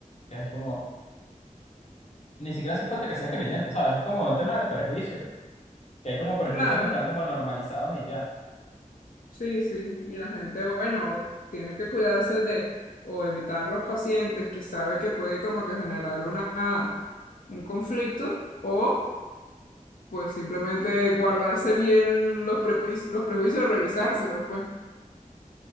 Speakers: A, on the left (about 50°); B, on the left (about 85°).
A: que es como, ni siquiera hace falta que seas creyente, ¿sabes? Es como un tema de prejuicio, que hay como prejuicios
B: Claro,
A: que están como normalizados y ya.
B: sí, sí. Y la gente, bueno, tiene que cuidarse de o evitar los pacientes que sabe que puede como que generar una, un conflicto o pues simplemente guardarse bien los prejuicios, los prejuicios, revisárselos, pues.